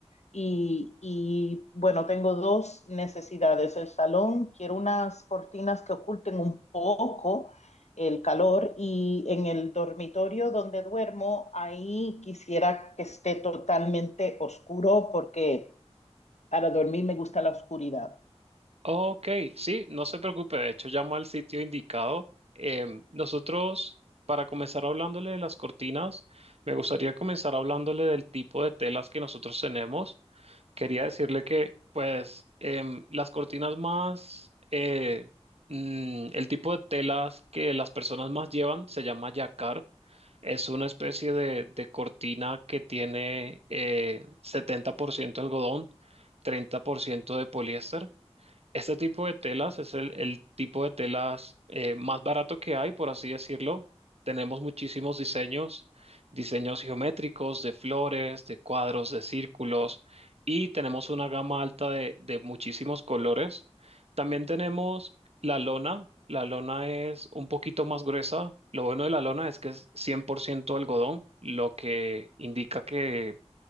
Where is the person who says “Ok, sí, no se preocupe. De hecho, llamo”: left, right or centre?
Right